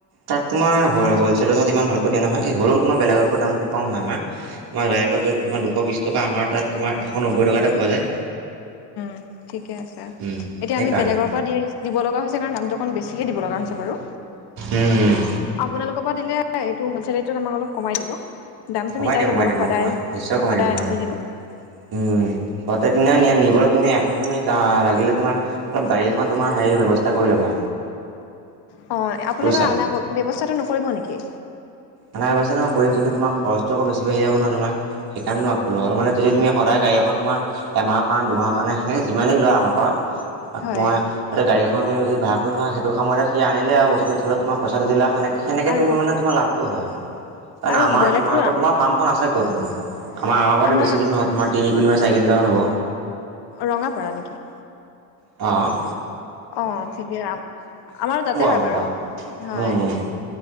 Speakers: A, on the right; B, on the left.
A: তাত তোমাৰ হল-হলছেলত ইমান ভালকৈ দিয়া নহয়, হ'লেও তোমাৰ বেলেগতকৈ দামটো কম হয় আমাৰ। তোমাৰ বেগত য'ত তোমাৰ দুশ বিছ টকা আমাৰ তাত তোমাৰ এশ নব্বৈ টকাতে পোৱা যায়।
B: উম, ঠিকে আছে,
A: উম
B: এতিয়া
A: সেইকাৰণে
B: আমি বেলেগৰ পৰা দি দিব লগা হৈছে কাৰণ দামটো অকন বেছিকে দিব লগা হৈছে। বাৰু,
A: উম
B: আপোনালোকৰ পৰা দিলে এইটো হলছেলৰেটত আমাক অলপ কমাই দিব। দামটো
A: কমাই
B: মিলাই
A: দিম
B: ল'ব
A: কমাই দিম
B: সদায়,
A: মই কমাই নিশ্চয় কমাই
B: সদায়
A: দিম তোমাক
B: আনিম যিহেতু।
A: মই উম, প্ৰত্যেকদিনাই নিয়া নিবলৈ তুমি এখন তুমি আহ লাগিলে তোমাৰ অলপ গাড়ী এখন তোমাৰ হেৰি ব্যৱস্থা কৰি ল'বা।
B: হয়, আপোনালোকে
A: বুজিছা
B: আনাৰ ব্যৱস্থাটো নকৰিব নেকি?
A: আনাৰ ব্যৱস্থাটো মই কৰিম কিন্তু তোমাৰ খৰচটো আৰু বেছি বাঢ়ি যাব নহয় তোমাৰ, সেই কাৰণেও <unintelligible> মানে যদি তুমি সদায়
B: অ
A: গাড়ী এখন তোমাৰ, এমাহৰ কাৰেণে দুমাহৰ কাৰণে সেনেকে যিমানদিন লোৱা আমাৰ পৰা। তাত
B: হয়
A: মই, এটা গাড়ী এখন কিনি যদি ভাড়া কৰি থোৱা সেইটো সময়তে সি আনিলে আৰু বস্তুটো <unintelligible> তোমাৰ পইচাটো দিলা সেনেকে-সেনেকে
B: আৰু
A: তোমাৰ মানে তোমাৰ লাভটো হয়, কাৰণ
B: আৰু
A: আমাৰ
B: ব্ৰইলাৰটো
A: তোমাৰ লগত তোমাৰ ফাৰ্মখন আছে ক'তনো, আমাৰ-আমাৰ পৰাতো
B: আমাৰ
A: বেছি দূৰ নহয় তোমাৰ তিনি কিলমিটাৰ চাৰি কিলোমিটাৰ হ'ব।
B: ৰঙাপাৰা নেকি?
A: অ',
B: অ', ঠিকে আম, আমাৰো তাতে হয়
A: আমাৰ
B: বাৰু,
A: পৰা
B: হয়,
A: উম উম